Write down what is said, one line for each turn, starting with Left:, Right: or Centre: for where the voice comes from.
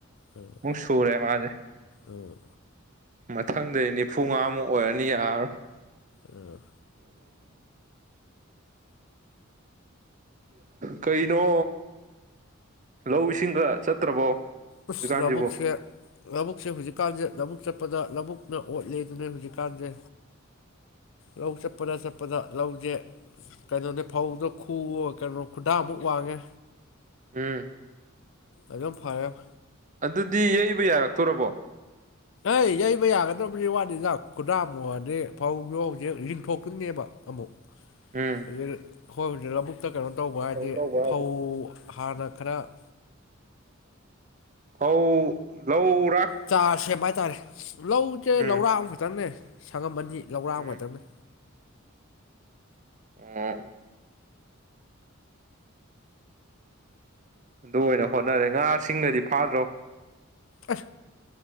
Left: ꯑꯥ
Right: ꯑꯃꯨꯛ ꯁꯨꯔꯦ ꯃꯥꯁꯦ
Left: ꯑꯥ
Right: ꯃꯊꯪꯗꯩ ꯅꯤꯐꯨꯃꯉꯥꯃꯨꯛ ꯑꯣꯏꯔꯅꯤ ꯌꯥꯔꯣꯏ
Left: ꯎꯝ
Right: ꯀꯩꯅꯣ ꯂꯧ ꯏꯁꯤꯡꯒ ꯆꯠꯇ꯭ꯔꯕꯣ ꯍꯧꯖꯤꯛꯀꯥꯟꯁꯤꯕꯣ
Left: ꯏꯁꯁ ꯂꯧꯕꯨꯛꯁꯦ ꯂꯧꯕꯨꯛꯁꯦ ꯍꯧꯖꯤꯛꯀꯥꯟꯁꯦ ꯂꯧꯕꯨꯛ ꯆꯠ ꯆꯠꯄꯗ ꯂꯧꯕꯨꯛꯅ ꯑꯣꯠꯂꯦ ꯑꯗꯨꯅꯦ ꯍꯧꯖꯤꯛꯀꯥꯟꯁꯦ ꯂꯧ ꯆꯠꯄꯗ ꯆꯠꯄꯗ ꯂꯧꯁꯦ ꯀꯩꯅꯣꯅꯦ ꯐꯧꯗꯣ ꯈꯨꯣ ꯀꯩꯅꯣ ꯈꯨꯗꯥ ꯑꯃꯨꯛ ꯋꯥꯡꯉꯦ
Right: ꯎꯝ
Left: ꯑꯗꯨꯝ ꯐꯔꯦ
Right: ꯑꯗꯨꯗꯤ ꯌꯩꯕ ꯌꯥꯔꯛꯇꯣꯔꯕꯣ
Left: ꯑꯩ ꯌꯩꯕ ꯌꯥꯒꯗ꯭ꯔꯕꯅꯤ ꯋꯥꯠꯅꯤꯖ ꯈꯨꯗꯥꯨꯗꯤ ꯐꯧ ꯌꯧ ꯂꯤꯡꯊꯣꯛꯇ꯭ꯔꯤꯅꯦꯕ ꯑꯃꯨꯛ
Right: ꯎꯝ
Left: ꯍꯧꯖꯤꯛ ꯍꯣꯏ ꯍꯧꯖꯤꯛ ꯂꯧꯕꯨꯛꯇ ꯀꯩꯅꯣ ꯇꯧꯕ ꯍꯥꯏꯗꯤ
Right: ꯀꯩꯅꯣ ꯇꯧꯕ
Left: ꯐꯧ ꯍꯥꯟꯅ ꯈꯔ <inaudible>
Right: ꯍꯧ ꯂꯧ
Left: ꯆꯥꯔ ꯁꯦꯝꯕ ꯍꯥꯏꯇꯥꯔꯦ ꯂꯧꯁꯦ
Right: ꯎꯝ
Left: ꯂꯧꯔꯥꯛ ꯑꯃꯈꯛꯇꯪꯅꯦ ꯁꯪꯉꯝꯕꯅꯤ ꯂꯧꯔꯥꯛ
Right: ꯎꯝ
Left: ꯃꯇꯝꯅꯤꯅꯤ
Right: ꯎꯝ ꯑꯗꯨ ꯑꯣꯏꯅ ꯍꯣꯠꯅꯔꯦ ꯉꯥꯁꯤꯡꯒꯗꯤ ꯐꯥꯗ꯭ꯔꯣ
Left: ꯑ